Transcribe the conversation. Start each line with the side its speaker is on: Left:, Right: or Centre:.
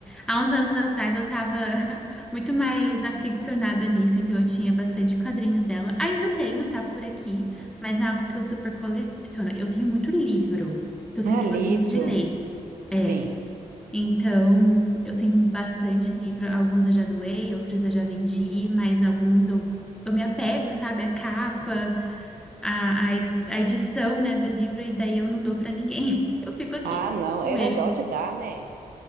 Centre: há uns anos atrás eu tava <laughs> muito mais aficionada nisso, então eu tinha bastante quadrinho dela. Ainda tenho, tá por aqui, mas não é algo que eu super coleciono. Eu tenho muito livro, que eu sempre
Right: Ah, livro.
Centre: gostei muito de ler.
Right: Sim.
Centre: É, então eu tenho bastante livro, alguns eu já doei, outros eu já vendi, mas alguns eu, eu me apego, sabe, à capa a, a, a edição, né, do livro e daí eu não dou para ninguém. <laughs> Eu fico aqui
Right: Ah, não.
Centre: com
Right: Era
Centre: eles.
Right: dó de dar, né?